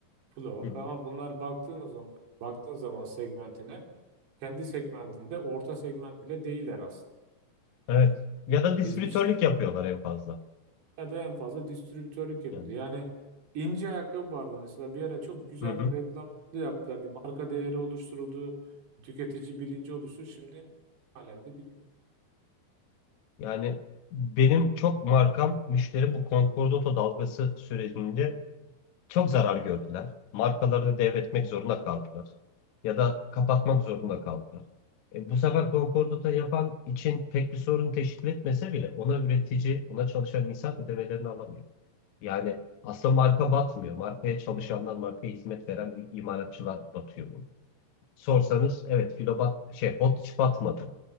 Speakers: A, on the right; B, on the left.
A: Flow
B: Hı hı.
A: ama bunlar baktığın zaman baktığın zaman segmentine kendi segmentinde orta segment bile değiller aslında.
B: Evet. Ya da distribütörlük
A: Biz bir şey,
B: yapıyorlar en fazla.
A: ya da en fazla distribütörlük yapılıyor.
B: Yani.
A: Yani ince ayakkabı vardı mesela bir ara çok güzel
B: Hı hı.
A: reklamlarını da yaptılar. Bir marka değeri oluşturuldu, tüketici bilinci oluştu. Şimdi halen de bilmiyorum.
B: Yani benim çok markam müşteri bu Concordato dalgası sürecinde çok zarar gördüler. Markalarını devretmek zorunda kaldılar. Ya da kapatmak zorunda kaldılar. E, bu sefer Concordat'a yapan için pek bir sorun teşkil etmese bile ona üretici, ona çalışan insan ödemelerini alamıyor. Yani aslında marka batmıyor. Markaya çalışanlar, markaya hizmet veren imalatçılar batıyor burada. Sorsanız evet filo bat, şey bot hiç batmadı.